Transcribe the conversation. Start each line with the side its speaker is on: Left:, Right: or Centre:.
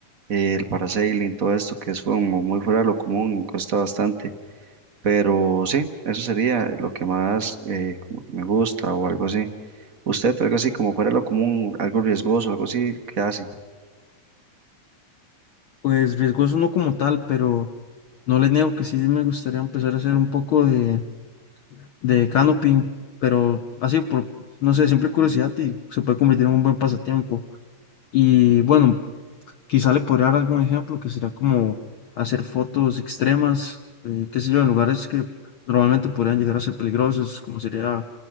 Right: eh, el parasailing, todo esto que es como muy fuera de lo común y cuesta bastante. Pero sí, eso sería lo que más eh, como que me gusta o algo así. ¿Usted algo así como fuera de lo común, algo riesgoso, algo así, qué hace?
Left: Pues riesgoso no como tal, pero no le niego que sí me gustaría empezar a hacer un poco de, de canoping, pero así por, no sé, simple curiosidad y se puede convertir en un buen pasatiempo. Y bueno, quizá le podría dar algún ejemplo que sería como hacer fotos extremas, eh, qué sé yo, en lugares que normalmente podrían llegar a ser peligrosos, como sería